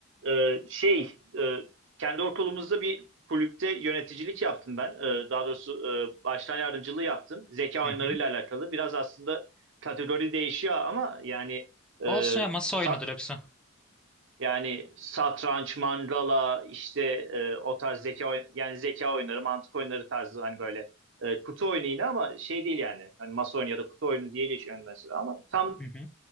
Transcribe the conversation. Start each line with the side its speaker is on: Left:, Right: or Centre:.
Right: e, şey e, kendi okulumuzda bir kulüpte yöneticilik yaptım ben. Ee, daha doğrusu e, baştan yardımcılığı yaptım. Zeka
Centre: Hı
Right: oyunlarıyla
Centre: hı.
Right: alakalı. Biraz aslında kategori değişiyor ama yani e,
Centre: Olsun ya masa
Right: sa-
Centre: oyunudur hepsi.
Right: yani satranç, mandala işte e, o tarz zeka oy- yani zeka oyunları, mantık oyunları tarzı hani böyle e, kutu oyunu yine ama şey değil yani. Hani masa oyunu ya da kutu oyunu diye geçiyor mesela ama tam
Centre: Hı hı.